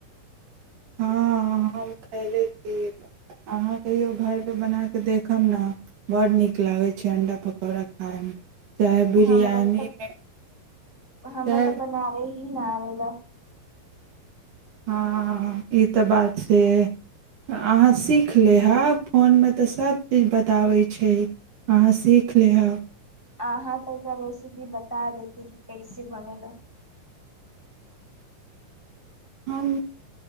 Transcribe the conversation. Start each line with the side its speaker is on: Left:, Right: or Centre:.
Right: हँ हम खयले छी अहाँ कहियओ घरपर बना कऽ देखब ने बड़ नीक लागै छै अण्डा पकौड़ा खायमे चाहे बिरयानीमे
Centre: हमरा तऽ हमरा
Right: चाहे
Centre: तऽ बनाबे ही नै आवल
Right: हँ ई तऽ बात से अहाँ सीख लेहब फोनमे तऽ सभ चीज बताबै छै अहाँ सीख लेहब
Centre: आहाँ तऽ रेसिपी बता देती कि कैसे बने ल
Right: हम